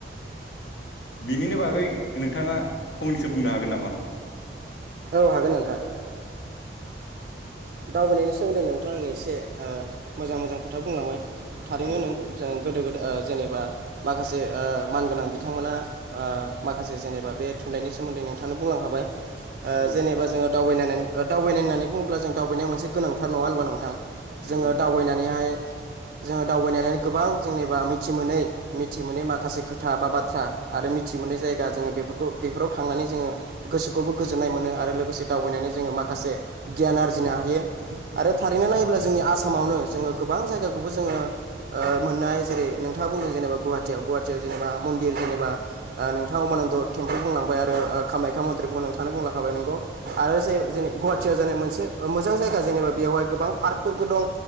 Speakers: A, on the left (about 75°); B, on the right (about 50°).
A: बिनिनो बागै नोंथाङा फंनैसो बुंनो हागोन नामा?
B: औ हागोन नोंथां। दावबायनायनि सोमोन्दै नोंथ आंनो एसे ओ मोजां मोजां खोथा बुंलांबाय थारैनो
A: औ
B: नंगौ जों गोदो गोद ओ जेनेबा माखासे ओ मानगोनां बिथांमोना ओ माखासे जेनेबा बे थुनलाइनि सोमोन्दै नोंथां बुंलां हाबाय ओ
A: औ
B: जेनेबा जोङो दावबायनानै दावबायनाय होननानै बुङोब्ला जों दावबायनाया मोनसे गोनांथार नङा होनबा नोंथां?
A: नंगौ
B: जोङो
A: नंगौ
B: दावबायनानैहाय जोङो दावबायनानै गोबां जेनेबा मिथि मोनै मिथि मोनै माखासे खोथा बा बाथ्रा आरो मिथि मोननाय जायगा जोङो बेफोरखौ बेफोराव थांनानै जोङो गोसोखौबो गोजोन्नाय मोनो आरो लोगोसे दावबायनानै जों जङो माखासे गियान आरजिनो हायो। आरो थारैनो नायोब्ला जोंनि आसामावनो जोंङो गोबां जायगाखौबो जोंङो मोननो हायो जेरै नोंथ नोंथा बुं जेनेबा गुवाहाटियाव गुवाहाटियाव जेनेबा मन्देर एबा अमानन्द टेम्पोल बुं लांबाय आरो खामाखा मथ्रिखौबो नोंथांनो बुंलाांखाबाय नोंगौ आरो जे जों गुवा <unintelligible> मोनसे मोजां जायगा जेनेबा बेवहाय गोबां पार्कबो दं।